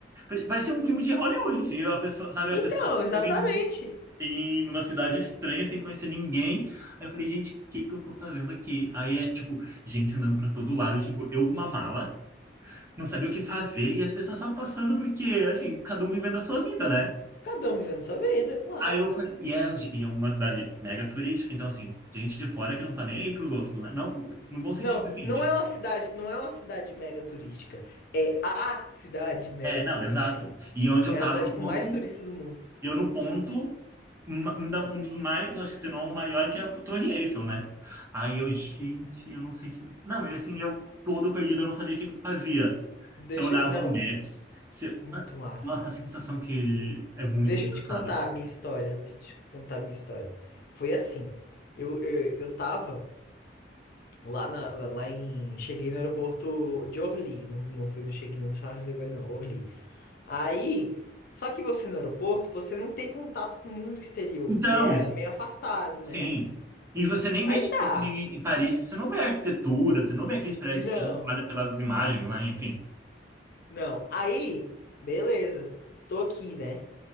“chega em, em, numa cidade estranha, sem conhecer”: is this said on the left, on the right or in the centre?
Right